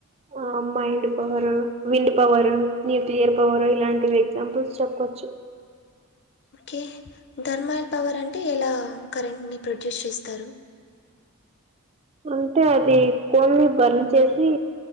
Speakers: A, on the right; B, on the left.
A: ఆ mind power, wind power, nuclear power ఇలాంటివి ఎగ్జాంపుల్స్ చెప్పొచ్చు
B: ఓకే ధర్మల్ పవర్ అంటే ఎలా కరెంట్ని ప్రొడ్యూస్ చేస్తారు
A: అంటే అది కొన్ని బర్న్ చేసి